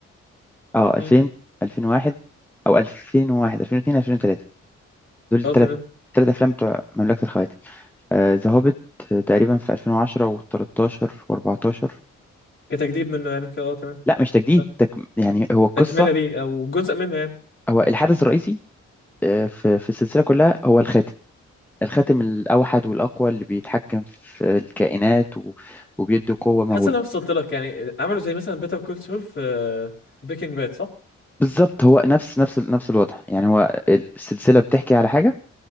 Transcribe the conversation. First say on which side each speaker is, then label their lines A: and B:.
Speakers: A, in the centre; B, on the left.
A: اه
B: <laughs>
A: 2000
B: مم.
A: 2001 او 2001 2002 2003 دول الثلاث
B: اه تمام
A: الثلاث افلام بتوع مملكة الخواتم ذا هوبيت تقريبا في 2010 و13 و14
B: كتجديد منه يعني كده اه تمام
A: لا مش تجديد
B: آه.
A: تك... يعني هو القصة
B: تكمله ليه او جزء منه يعني
A: هو الحدث الرئيسي آه، في في السلسلة كلها هو الخاتم الخاتم الأوحد والأقوى اللي بيتحكم في الكائنات و... وبيدي قوة مهولة
B: حاسس ان انا وصلت لك يعني عملوا زي مثلا بيتر كول سول في بريكنج باد صح
A: بالظبط هو نفس نفس نفس الوضع يعني هو السلسلة بتحكي على حاجة